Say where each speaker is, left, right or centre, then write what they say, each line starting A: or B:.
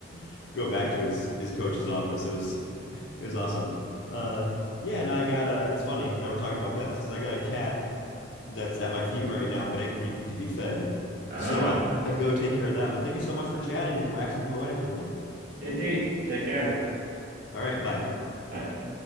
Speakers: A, on the left; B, on the right.
A: <laughs> go back to his his coach's office. It was it was awesome. Uh, yeah, and I got a. It's funny that we're talking about pets because I got a cat that's at my feet right now, begging to be fed.
B: ah,
A: So I'm gonna go take care of that. But thank you so much for chatting and waxing poetic with me.
B: indeed. Take care.
A: All right, bye.
B: Bye.